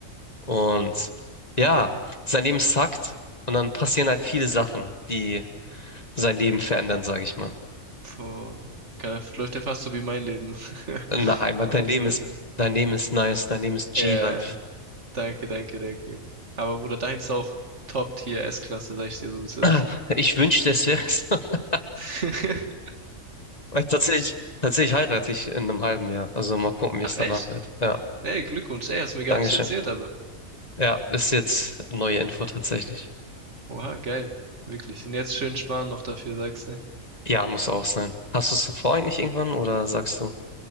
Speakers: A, on the left; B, on the right.
A: Und ja, sein Leben sackt. Und dann passieren halt viele Sachen, die sein Leben verändern, sage ich mal.
B: Boah. Geil, <laughs> läuft ja fast so wie mein Leben. <laughs>
A: In der dein
B: Oh
A: Leben ist,
B: Mann.
A: dein Leben ist nice, dein Leben ist G-Life.
B: Ja. ja. Danke, danke, danke. Aber Bruder, deins ist auch Top-Tier S-Klasse, sag ich dir so, wie es ist.
A: <clears throat> Ich wünschte, es wäre es. <laughs>
B: <laughs>
A: Weil tatsächlich, tatsächlich heirate ich in einem halben Jahr. Also mal gucken, wie
B: Ah,
A: es
B: Echt?
A: danach wird. Ja,
B: Ey, Glückwunsch. Ey, hast mir gar
A: Dankeschön.
B: nicht erzählt, aber.
A: Ja, ist jetzt neue Info tatsächlich.
B: Oha, geil. Wirklich. Und jetzt schön sparen noch dafür, sagst du.
A: Ja, muss auch sein. Hast du es davor eigentlich irgendwann oder sagst du?